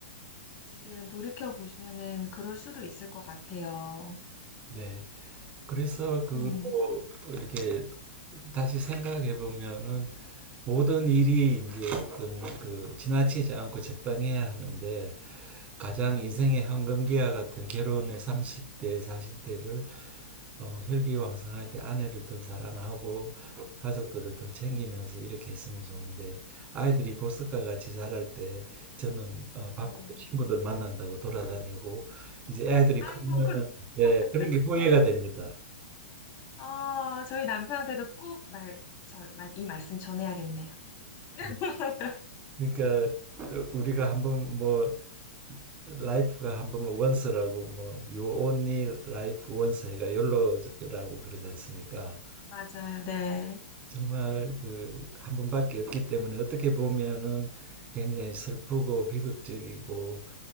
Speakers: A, on the left; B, on the right.
A: 지금 돌이켜 보시면은 그럴 수도 있을 것 같아요.
B: 네. 그래서 그
A: 음.
B: 이렇게 다시 생각해 보면은 모든 일이 이제 어떤 그 지나치지 않고 적당해야 하는데 가장 인생의 황금기와 같은 결혼의 30대, 40대를 어, 혈기왕성할 때 아내를 더 사랑하고 가족들을 더 챙기면서 이렇게 했으면 좋은데 아이들이 보석과 같이 자랄 때 저는 어, 밖으로
A: 네.
B: 친구들 만난다고 돌아다니고 이제 아이들이
A: 아이고,
B: 크면
A: 그,
B: 예,
A: <laughs>
B: 그런 게 후회가 됩니다.
A: 아, 저희 남편한테도 꼭 말, 저, 말- 이 말씀 전해야겠네요. <laughs>
B: 네. 그러니까 어, 우리가 한번 뭐 라이프가 한번 뭐 원스라고 뭐 you only life once 해가 욜로라고 그러지 않습니까?
A: 맞아요. 네.
B: 정말 그 한 번밖에 없기 때문에 어떻게 보면은 굉장히 슬프고 비극적이고